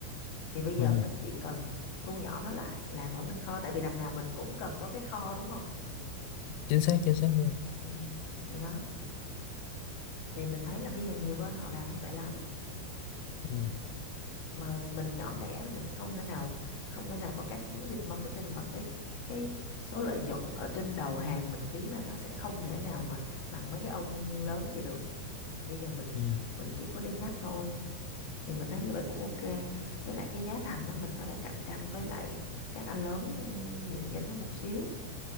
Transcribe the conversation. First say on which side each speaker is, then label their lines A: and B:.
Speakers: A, on the left; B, on the left.
A: thì bây
B: ừ.
A: giờ mình chỉ cần thu nhỏ nó lại làm ở bên kho tại vì đằng nào mình cũng cần có cái kho đúng không
B: chính xác chính xác luôn
A: ừ thì đó thì mình thấy là bây giờ nhiều bên họ làm như vậy lắm
B: ừ.
A: mà mình nhỏ lẻ là mình không thể nào không thể nào có các chiến dịch marketing và cái cái số lợi nhuận ở trên đầu hàng mình kiếm ra nó sẽ không thể nào mà bằng mấy cái ông lớn kia được thì bây giờ mình
B: Ừ.
A: mình chỉ có đi ngách thôi thì mình thấy như vậy cũng ok với lại cái giá thành đó mình có thể cạnh tranh với lại các anh lớn ừ, nhỉnh nhỉnh nó một xíu